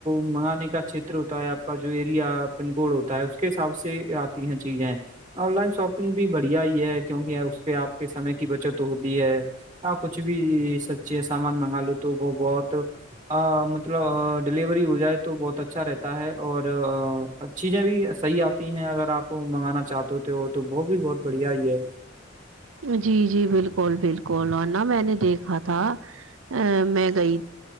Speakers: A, on the right; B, on the right.
A: منگانے کا چتر ہوتا ہے آپ کا جو ایریا پنگول ہوتا ہے اس کے حساب سے آتی یہ چیزیں آن لائن شاپنگ بھی بڑھیا ہی ہے کیونکہ اس پ آپ کے سمے کی بچت ہوتی ہے آ کچھ بھی سبچی سامان منگا لو تو وہ بہت مطلب ڈیلیوری ہو جائے تو بہت اچھا رہتا ہے اور چیزیں بھی صحیح آتی ہیں اگر آپ منگانا چاہتے ہو تو تو وہ بھی بہت بڑھیا ہی ہے
B: جی جی بالکل بالکل اورا میں نے دیکھا تھا ا میں گئی